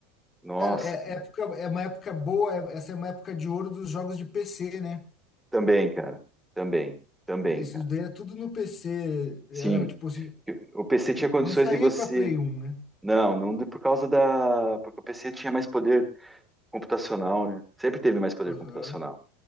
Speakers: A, in the centre; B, on the left.
A: Nossa,
B: Cara, é,
A: cara.
B: é época, é uma época boa, é- essa é uma época de ouro dos jogos de PC, né?
A: também, cara. Também, também,
B: Isso
A: cara.
B: daí era tudo no PC, era
A: Sim.
B: tipo assim,
A: Eu- O PC tinha
B: não
A: condições
B: saía
A: de você.
B: pra Play 1, né?
A: Não, não de- por causa da. Porque o PC tinha mais poder computacional, né? Sempre teve mais poder
B: Aham,
A: computacional.